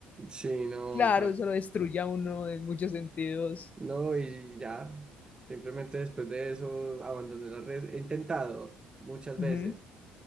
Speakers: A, on the right; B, on the left.
A: Sí, no,
B: Claro,
A: parce.
B: eso lo destruye a uno en muchos sentidos,
A: No, y ya, simplemente después de eso abandoné las redes. He intentado muchas veces
B: Ujú,